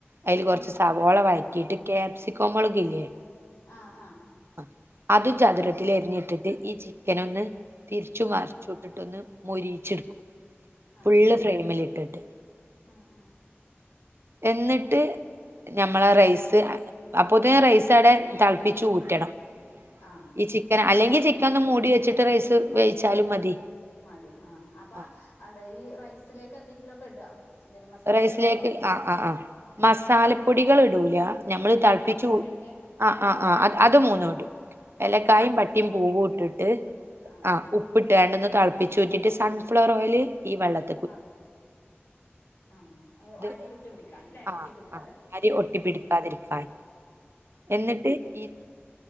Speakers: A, on the right; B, on the left.
A: അതില് കൊറച്ച്
B: ഉം
A: സു. സവോള വയറ്റീട്ട് ക്യാപ്സിക്കോമൊളകില്ലേ
B: ആഹ് ആഹ്
A: അ അതും ചതുരത്തിലരിഞ്ഞിട്ട്
B: അത്
A: ഈ ചിക്കനൊന്ന് തിരിച്ചും
B: ഉം
A: മർച്ചുട്ട്ട്ടൊന്ന് മൊരിയിച്ചെടുക്കും
B: ആഹ്
A: ഫുള്ള് ഫ്രെയിമിൽ ഇട്ടിട്ട്
B: ഉം ഉം
A: എന്നിട്ട് ഞമ്മളാ
B: ഉം
A: റൈസ് അപ്പോത്തിനും റൈസ് അടെ തളപ്പിച്ച് ഊറ്റണം
B: ആഹ്
A: ഈ ചിക്കൻ അല്ലെങ്കിൽ ചിക്കൻ ഒന്ന് മൂടി വെച്ചിട്ട് റൈസ് വേവിച്ചാലും മതി
B: മതി ആഹ അപ്പൊ
A: ആ
B: അത ഈ റൈസിലേക്ക എന്തെങ്കിലുമൊക്കെ ഇടോ എന്തേലും മസാലകളോ
A: റൈസിലേക്ക്
B: അമ്മ
A: ആ ആ ആഹ് മസാലപ്പൊടികൾ ഇടൂല നമ്മള്
B: ആഹ് ഗ്രാമ്പൂ
A: തളപ്പിച്ചു കു
B: അതൊക്കെ
A: ആ ആഹ് ആഹ് അത് അത് മൂന്ന ഇടും എലക്കായും
B: ആഹ്
A: പട്ടിയും പൂവും ഇട്ടിട്ട്
B: ഓടും ആഹ്
A: ആഹ ഉപ്പ്ട്ടാണ്ട് ഒന്ന് തളപ്പിച്ച് ഊറ്റിട്ട് സൺഫ്ലവർ ഓയില് ഈ വെള്ളത്തിൽ
B: ആഹ് ആ
A: ഇത്
B: അരി വിട്ടു പിടിക്കൻല്ലേ
A: ആഹ്
B: ഒട്ടി പിടിക്കാതെ
A: ആഹ് അരി ഒട്ടിപ്പിടിക്കാതിരിക്കാൻ
B: ഉ
A: എന്നിട്ട് ഈ